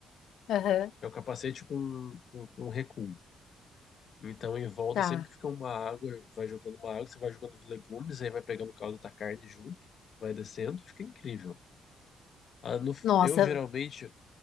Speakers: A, on the left; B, on the left.
A: Aham.
B: É o capacete com, com, com recuo. Então, em volta
A: Tá.
B: sempre fica uma água, vai jogando uma água, você vai jogando os legumes, aí vai pegando o caldo da carne junto, vai descendo, fica incrível. Ah, no-
A: Nossa.
B: eu geralmente